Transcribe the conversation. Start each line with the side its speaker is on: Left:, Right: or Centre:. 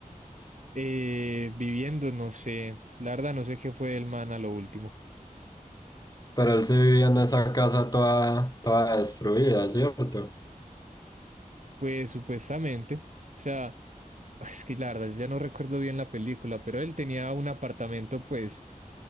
Right: Eh, viviendo, no sé, la verdad no sé qué fue el man a lo último.
Left: pero él sí vivía en esa casa toda, toda destruida, ¿cierto?
Right: Pues supuestamente, o sea, es que la verdad ya no recuerdo bien la película, pero él tenía un apartamento, pues,